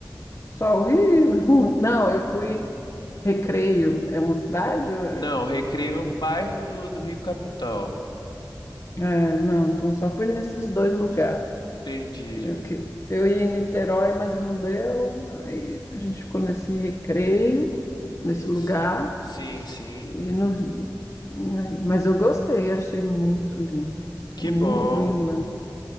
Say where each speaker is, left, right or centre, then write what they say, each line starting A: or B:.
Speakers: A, on the left; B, on the left.
A: só o Rio. <laughs> Não, eu fui
B: Ah,
A: Recreio, é uma cidade? É,
B: Não, Recreio é um bairro do, do Rio Capital.
A: é, não, então só fui nesses dois lugares.
B: Entendi.
A: Eu, que- eu ia em Niterói, mas não deu. Aí a gente ficou nesse Recreio, nesse lugar
B: S- Sim, sim.
A: e no Rio. Ai, Mas eu gostei, achei muito lindo.
B: Que
A: Muito
B: bom.
A: lindo mesmo.